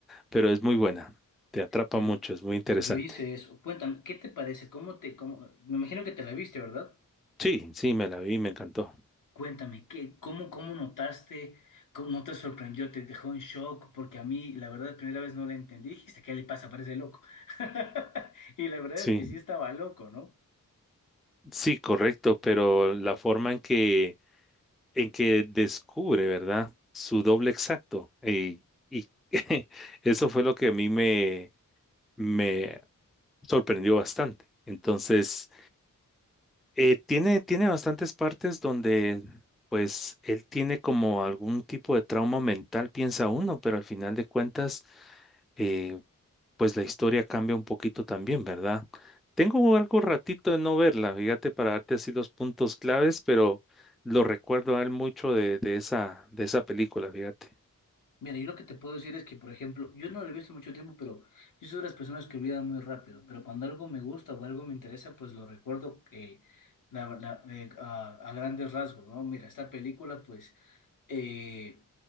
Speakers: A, in the centre; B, on the left.
A: pero es muy buena, te atrapa
B: Yo,
A: mucho, es muy interesante.
B: yo hice eso. Cuéntame, ¿qué te parece? ¿Cómo te, cómo, me imagino que te la viste, ¿verdad?
A: Sí, sí, me la vi, me encantó.
B: Cuéntame, ¿qué, cómo, cómo notaste? ¿Cómo no te sorprendió? ¿Te dejó en shock? Porque a mí, la verdad, la primera vez no la entendí. Dijiste, ¿qué le pasa? Parece loco. <laughs> Y la verdad
A: Sí,
B: es que sí estaba loco, ¿no?
A: sí, correcto, pero la forma en que, en que descubre, ¿verdad? Su doble exacto. Y, y <laughs> eso fue lo que a mí me, me sorprendió bastante. Entonces, eh, tiene, tiene bastantes partes donde, pues, él tiene como algún tipo de trauma mental, piensa uno, pero al final de cuentas eh, pues la historia cambia un poquito también, ¿verdad? Tengo algo ratito de no verla, fíjate, para darte así los puntos claves, pero lo recuerdo a él mucho de, de esa, de esa película, fíjate.
B: Mira, yo lo que te puedo decir es que, por ejemplo, yo no lo he visto mucho tiempo, pero yo soy de las personas que olvidan muy rápido. Pero cuando algo me gusta o algo me interesa, pues lo recuerdo eh, la- la- eh, a, a grandes rasgos, ¿no? Mira, esta película, pues, eh,